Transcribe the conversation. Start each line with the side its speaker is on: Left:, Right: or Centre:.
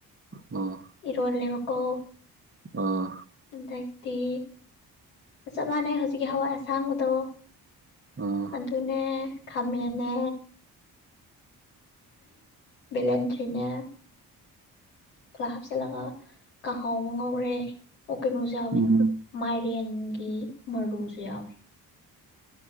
Right: ꯑꯣ
Left: ꯏꯔꯣꯜꯂꯦꯕꯀꯣ
Right: ꯑꯥ
Left: ꯑꯗꯩꯗꯤ ꯑꯥ ꯆꯞ ꯃꯥꯟꯅꯩ ꯍꯧꯖꯤꯛꯀꯤ ꯍꯋꯥꯏ ꯑꯁꯥꯡꯕꯗꯣ
Right: ꯑꯥ
Left: ꯑꯗꯨꯅꯦ ꯈꯥꯃꯦꯟꯅꯦ ꯚꯦꯂꯦꯟꯗ꯭ꯔꯤꯅꯦ ꯄꯨꯂꯥꯞ ꯍꯥꯞꯆꯤꯜꯂꯒ ꯀꯥꯡꯥꯍꯥꯎ ꯑꯃ ꯉꯧꯔꯦ ꯑꯣ ꯀꯩꯅꯣꯁꯨ ꯌꯥꯎꯋꯤ
Right: ꯎꯝ
Left: ꯃꯥꯏꯔꯦꯟꯒꯤ ꯃꯔꯨꯖꯨ ꯌꯥꯎꯏ